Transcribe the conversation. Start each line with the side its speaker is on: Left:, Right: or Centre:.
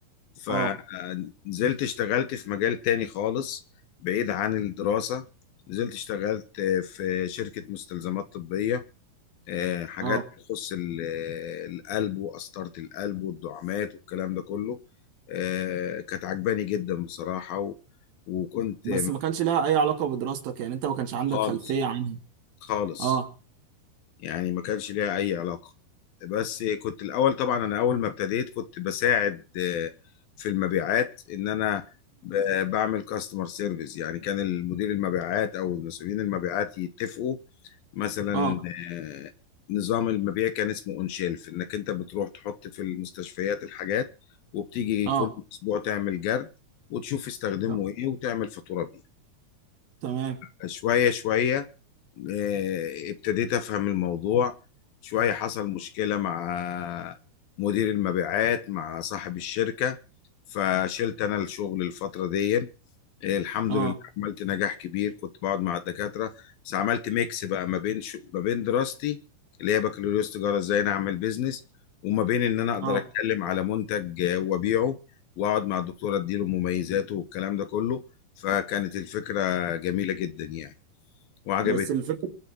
Left: فنزلت
Right: اه
Left: اشتغلت في مجال تاني خالص بعيد عن الدراسة نزلت اشتغلت في شركة مستلزمات طبية آه، حاجات
Right: اه
Left: تخص ال- آه، القلب وقسطرة القلب والدعامات والكلام ده كله آه، كانت عجباني جدا بصراحة و- وكنت
Right: بس ما كانش لها اي علاقة بدراستك يعني انت ما كانش عندك
Left: خالص
Right: خلفية عنها
Left: خالص
Right: اه
Left: يعني ما كانش ليها اي علاقة بس كنت الاول طبعا انا اول ما ابتديت كنت بساعد آه، في المبيعات ان انا ب- بعمل كاستمر سيرفيس يعني كان المدير المبيعات او المسؤولين المبيعات يتفقوا مثلا
Right: اه
Left: آه، نظام المبيع كان اسمه اون شيلف انك انت بتروح تحط في المستشفيات الحاجات وبتيجي
Right: اه
Left: كل اسبوع تعمل جرد وتشوف استخدمه
Right: آه،
Left: ايه وتعمل فاتورة بيه
Right: تمام
Left: فشوية شوية آه، ابتديت افهم الموضوع شوية حصل مشكلة مع مدير المبيعات مع صاحب الشركة فشلت انا الشغل الفترة دي آه، الحمد
Right: اه
Left: لله عملت نجاح كبير كنت بقعد مع الدكاترة بس عملت ميكس بقى ما بين شو... ما بين دراستي اللي هي بكالوريوس تجارة ازاي انا اعمل بيزنس وما بين ان انا اقدر
Right: اه
Left: اتكلم على منتج آه، وابيعه واقعد مع الدكتورة اديله مميزاته والكلام ده كله فكانت الفكرة جميلة جدا يعني وعجبتني
Right: بس الفكرة